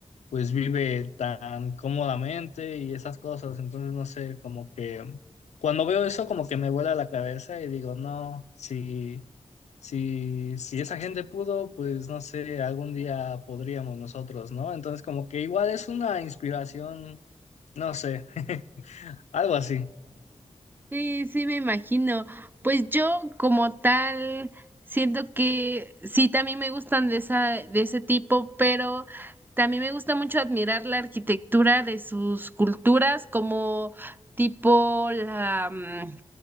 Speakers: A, on the left; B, on the right.
A: pues vive tan cómodamente y esas cosas. Entonces, no sé, como que cuando veo eso, como que me vuela la cabeza y digo, no, si, si, si esa gente pudo, pues no sé, algún día podríamos nosotros, ¿no? Entonces, como que igual es una inspiración, no sé, <laughs> algo así.
B: Sí, sí, me imagino. Pues yo como tal siento que sí, también me gustan de esa, de ese tipo, pero también me gusta mucho admirar la arquitectura de sus culturas, como tipo la, mm,